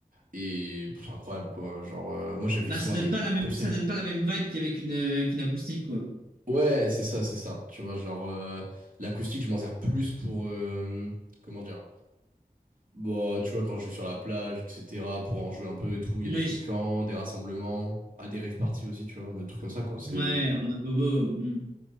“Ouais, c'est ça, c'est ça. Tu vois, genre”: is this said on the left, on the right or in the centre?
Right